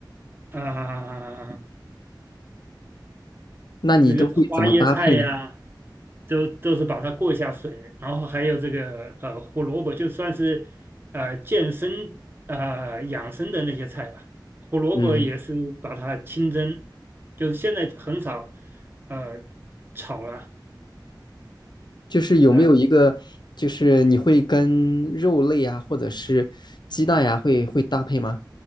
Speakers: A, on the right (about 25°); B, on the left (about 65°).
A: 啊、
B: 那你都会怎么搭配呢？
A: 这个花椰菜呀、都都是把它过一下水，然后还有这个呃胡萝卜，就算是呃健身呃养生的那些菜吧。胡萝卜也是把它清蒸，
B: 嗯，
A: 就是现在很少呃炒了，
B: 就是有没有一个，
A: 呃
B: 就是你会跟肉类啊，或者是鸡蛋呀、会会搭配吗？